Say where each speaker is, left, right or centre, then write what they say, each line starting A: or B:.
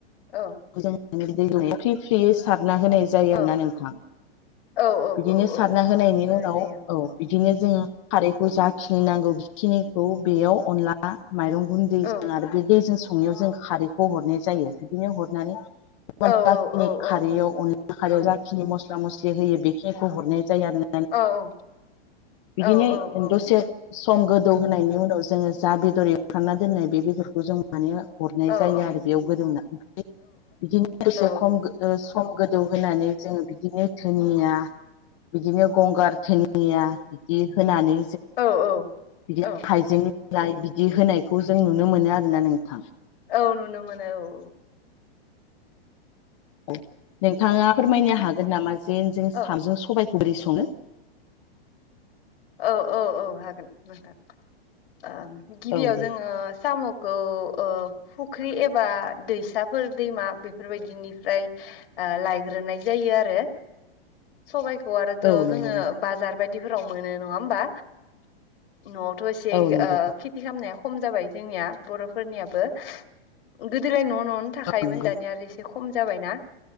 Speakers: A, on the left; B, on the left.
A: औ।
B: बेखौ जों फ्रि फ्रि सारना होनाय जायो
A: औ
B: आरोना नोंथां।
A: औ
B: बिदिनो
A: औ औ
B: सारना होनायनि
A: होनाय
B: उनाव
A: जायो
B: औ बिदिनो जोङो खारैखौ जाखिनि नांगौ बेखिनिखौ बेयाव अनला माइरं गुन दैजों
A: औ
B: आरो बे दैजों संनायाव जों खारैखौ हरनाय जायो बिदिनो हरनानै
A: औ
B: जाखिनि
A: औ औ
B: खारैयाव अनला खारैयाव जाखिनि मस्ला मस्लि होयो बेखिनिखौ हरनाय जायो आरो न
A: औ औ।
B: बिदिनो
A: औ ओं
B: दसे सम गोदौ होनायनि उनाव जोङो जा बेदर एवफ्रामना दोननाय बे बेदरखौ जों माने हरनाय
A: औ
B: जायो
A: औ
B: आरो बेयाव गोदौना ओमफ्राय बिदिनो एसे
A: औ
B: खम सम गोदौ होनानै जोङो बिदिनो धोनिया बिदिनो गंगार धोनि धोनिया बिदि होनानै
A: औ औ।
B: बिदि
A: औ
B: हाइजेंइ बिलाय बिदि होनायखौ जों नुनो मोनो आरोना नोंथां?
A: औ नुनो मोनो औ।
B: औ नोंथाङा फोरमायनो हागोन नामा जे जों
A: औ
B: साम'जों सबायखौ बोरै सङो?
A: औ औ औ हागोन नोंथां। गिबियाव
B: औ दे
A: जोङो साम' औ ओ फुख्रि एबा दैसाफोर दैमा बेफोरबायदिनिफ्राय आं लायग्रोनाय जायो आरो सबाइखौ आरोथ' जोङो
B: औ नंगौ नोंथां
A: बाजार बायदिफोराव मोनो नङा होमबा? न'आवथ' एसे ओ
B: औ नंगौ
A: खेथि खालामनाया खम जाबाय जोंनिया बर'फोरनियाबो गोदोलाय न' न' थाखायोमोन
B: औ नंगौ
A: दानिया आरो एसे खम जाबायना